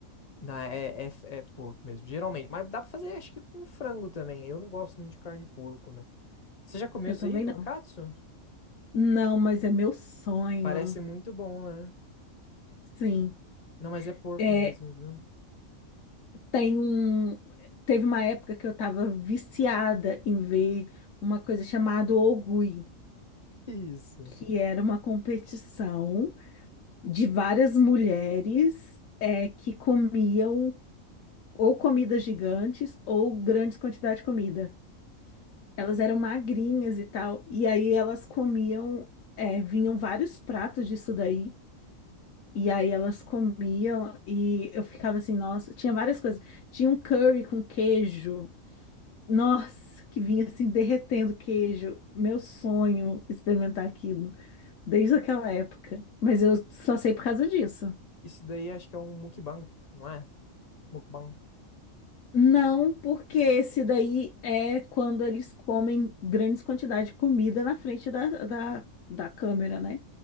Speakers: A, on the left; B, on the left.
A: Não, é, é, é porco mesmo, geralmente. Mas dá pra fazer, acho que com frango também. Eu não gosto muito de carne de porco, né? Você já comeu
B: Eu
A: isso
B: também
A: aí, Donkatsu?
B: não. Não, mas é meu sonho.
A: Parece muito bom, né?
B: Sim.
A: Não, mas é porco
B: é
A: mesmo, viu?
B: Tem um. Teve uma época que eu estava viciada em ver uma coisa chamada Ogui,
A: Isso.
B: que era uma competição de várias mulheres é, que comiam ou comidas gigantes ou grandes quantidades de comida. Elas eram magrinhas e tal, e aí elas comiam, é, vinham vários pratos disso daí. E aí elas comiam e eu ficava assim, nossa, tinha várias coisas. Tinha um curry com queijo. Nossa, que vinha assim derretendo queijo. Meu sonho experimentar aquilo desde aquela época. Mas eu só sei por causa disso.
A: Isso daí acho que é um mukbang, não é? Mukbang.
B: Não, porque esse daí é quando eles comem grandes quantidades de comida na frente da, da, da câmera, né?